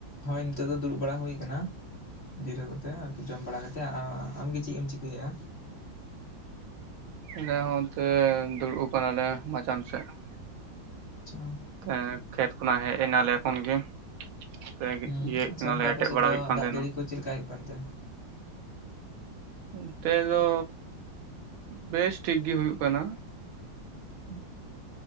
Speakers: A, on the left (about 30°); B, on the right (about 80°).
A: ᱦᱳᱭ ᱱᱤᱛᱳᱜ ᱫᱚ ᱫᱩᱲᱩᱵ ᱵᱟᱲᱟ ᱦᱩᱭ ᱟᱠᱟᱱᱟ ᱡᱤᱨᱟᱹ ᱠᱟᱛᱮ ᱟᱨᱠᱤ ᱡᱚᱢ ᱵᱟᱲᱟ ᱠᱟᱛᱮᱫ, ᱟ ᱟᱢᱜᱮ ᱪᱮᱫ ᱮᱢ ᱪᱤᱠᱟᱹᱭᱮᱜᱼᱟ?
B: ᱟᱞᱮ ᱦᱚᱸ ᱚᱱᱛᱮ ᱫᱩᱲᱩᱵ ᱟᱠᱟᱱᱟᱞᱮ ᱢᱟᱪᱟᱱ ᱥᱮᱫ ᱾
A: ᱟᱪᱪᱷᱟ ᱾
B: ᱮ ᱠᱷᱮᱛ ᱠᱷᱚᱱᱟᱜ ᱦᱮᱡ ᱮᱱᱟᱞᱮ ᱮᱠᱷᱚᱱ ᱜᱮ ᱾ ᱛᱮᱜ
A: ᱦᱩᱸ
B: ᱤᱭᱟᱹᱮᱜ
A: ᱟᱪᱪᱷᱟ
B: ᱠᱟᱱᱟᱞᱮ
A: ᱜᱚᱝᱠᱮ ᱟᱯᱮ
B: ᱮᱴᱮᱜ
A: ᱥᱮᱫ
B: ᱵᱟᱲᱟ
A: ᱫᱚ
B: ᱦᱩᱭᱩᱜ ᱠᱟᱱ
A: ᱫᱟᱜ
B: ᱛᱟᱦᱮᱱᱟ᱾
A: ᱡᱟᱹᱲᱤ ᱠᱚ ᱪᱮᱫ ᱞᱮᱠᱟ ᱦᱩᱭᱩᱜ ᱠᱟᱱᱛᱮ?
B: ᱱᱚᱛᱮ ᱫᱚ ᱵᱮᱥ ᱴᱷᱤᱠ ᱜᱮ ᱦᱩᱭᱩᱜ ᱠᱟᱱᱟ᱾
A: <inaudible>